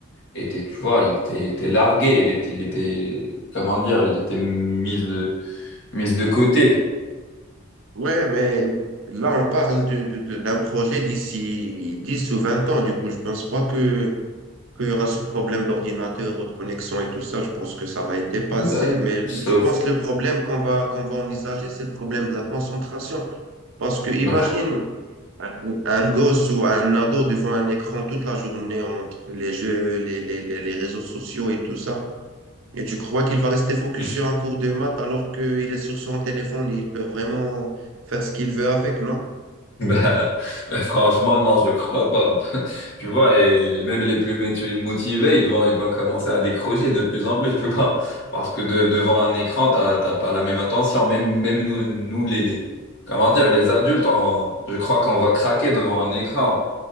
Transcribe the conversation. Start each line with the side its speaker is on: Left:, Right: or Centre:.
Left: était, tu vois, il était, il était largué, il était, il était, comment dire, il était mis, de- mis de côté.
Right: Ouais, mais là, on parle de, de- de- d'un projet d'ici 10 ou 20 ans. Du coup, je pense pas que qu'il y aura ce problème d'ordinateur ou de connexion et tout ça, je pense que ça va être dépassé.
Left: Bah,
Right: Mais
Left: sauf,
Right: je pense que le problème qu'on va, qu'on va envisager, c'est le problème de la concentration. Parce que imagine
Left: bah,
Right: un un gosse ou un ado devant un écran toute la journée entre les jeux, les, les, les, les réseaux sociaux et tout ça. Et tu crois qu'il va rester focus
Left: <laughs>
Right: sur un cours de maths alors qu'il est sur son téléphone et il peut vraiment faire ce qu'il veut avec, non?
Left: bah, bah, franchement, non, je crois pas. <laughs> Tu vois, et même les plus métu- motivés, ils vont, ils vont commencer à décrocher de plus en plus, tu vois. Parce que de- devant un écran, t'as, t'as pas la même attention. Même, même nous, nous, les, les, comment dire, les adultes, on- je crois qu'on va craquer devant un écran.